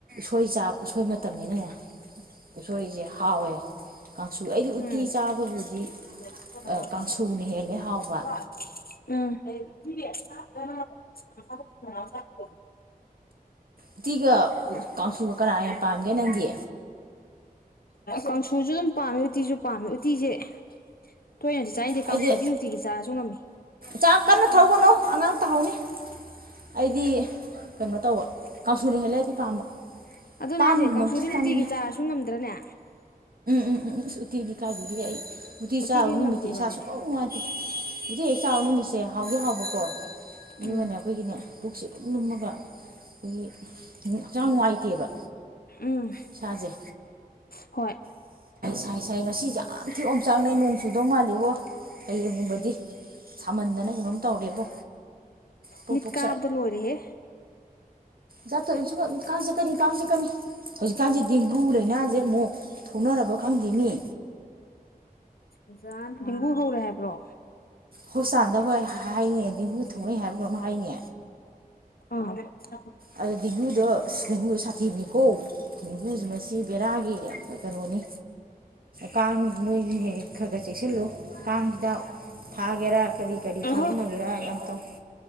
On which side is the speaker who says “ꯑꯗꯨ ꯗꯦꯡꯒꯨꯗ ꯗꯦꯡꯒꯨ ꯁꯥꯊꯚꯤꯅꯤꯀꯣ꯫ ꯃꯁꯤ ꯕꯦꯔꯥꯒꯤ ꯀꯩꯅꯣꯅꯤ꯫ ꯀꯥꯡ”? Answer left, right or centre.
Right